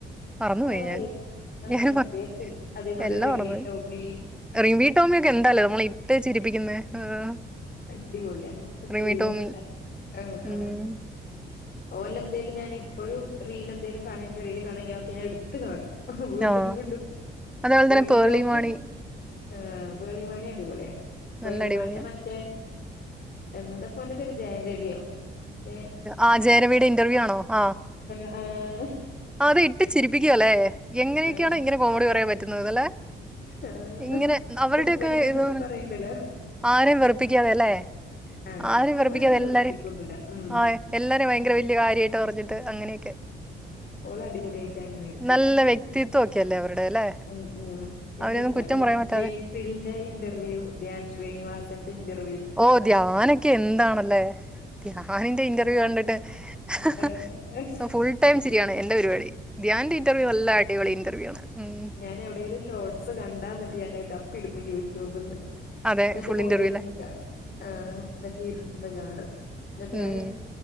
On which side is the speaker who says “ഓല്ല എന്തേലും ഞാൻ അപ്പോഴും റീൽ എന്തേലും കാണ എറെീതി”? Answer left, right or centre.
Left